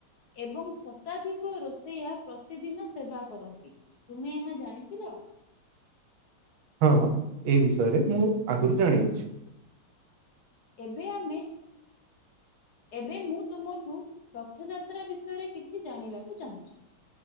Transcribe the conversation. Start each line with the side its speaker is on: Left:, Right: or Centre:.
Left: ଏବଂ ଶତାଧିକ ରୋଷେଇଆ ପ୍ରତିଦିନ ସେବା କରନ୍ତି। ତୁମେ ଏହା ଜାଣିଥିଲ? <unintelligible>
Right: ହଁ, ଏ ବିଷୟରେ ମୁଁ ଆଗରୁ ଜାଣିଅଛି।
Left: ଏବେ ଆମେ ଏବେ ମୁଁ ତୁମଠୁ ରଥଯାତ୍ରା ବିଷୟରେ କିଛି ଜାଣିବାକୁ ଚାହୁଁଛି?